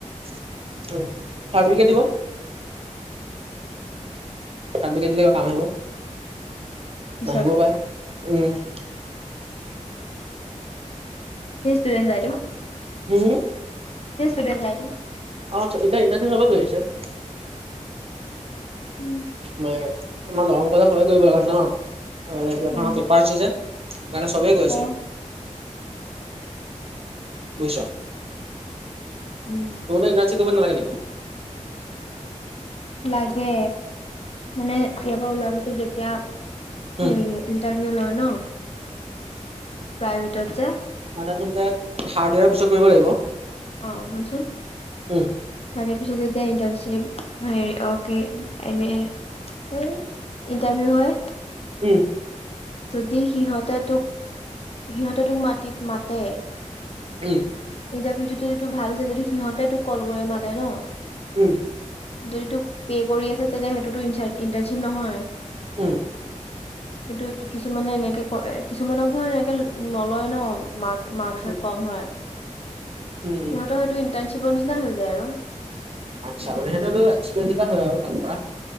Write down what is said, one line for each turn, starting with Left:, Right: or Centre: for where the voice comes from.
Right: চাৰ্টিফিকেট দিব। চাৰ্টিফিকেট লৈ কাম আহিব,
Left: পিছত
Right: নাহিবও পাৰে উম।
Left: <unintelligible> <inaudible> হিষ্টোৱে ডাইটো।
Right: হম <unintelligible>
Left: ধেৰ ষ্টুডেণ্ট যায় তো।
Right: অ চ এতিয়া ইণ্টাৰশ্বিপ হব কৈ আছে।
Left: উম <inaudible>
Right: ম একে আমাৰ দৰং কলেজত চবে কৰিব লগা হৈছে ন, <inaudible>
Left: অ
Right: পেপাৰ আছে যে। কাৰণে চবেই কৈ আছে।
Left: অ
Right: বুজিছ?
Left: উম।
Right: তো নে ইণ্টাৰশ্বিপ কৰিব নালাগে নেকি?
Left: লাগে মানে ইয়াৰপৰা ওলোৱাৰ পিছত যেতিয়া
Right: উম
Left: হেৰি ইন্টাৰভিউ লয় ন প্ৰাইভেটত যে
Right: মানে তুমি তাত থাৰ্ড ইয়েৰ পিছত কৰিব লাগিব?
Left: অঁ শুনচোন?
Right: উম,
Left: চাৰে পিছত তেতিয়া ইণ্টাৰনশ্বিপ হেৰি অকে এম বি এ সেই ইণ্টাৰভিউ হয়।
Right: উম।
Left: যদি সিহঁতে তোক সিহঁতে তোক মাতি মাতে
Right: উম।
Left: ইণ্টাৰভিউটো যদি তোৰ ভাল হৈছে যদি সিহঁতে তোক কল কৰি মাতে ন?
Right: উম।
Left: যদি তোক পে' কৰি আছে তেনে সেইটোতো ইঞ্চা ইন্টাৰ্ণশ্বিপ নহয়।
Right: উম।
Left: কিন্তু কিছুমানে এনেকে কৰে কিছুমানক ধৰ এনেকে নলয় ন মাক মাৰ্কচে
Right: উম,
Left: কম হয়।
Right: উম, উম।
Left: সিহঁৰ হয়টো ইণ্টাৰণশ্বিপৰ নিচিনা হৈ যায় আৰু।
Right: আচ্ছা মানে সেহতৰটো এক্সপেঞ্চ এটা হয় আৰু কাম কৰা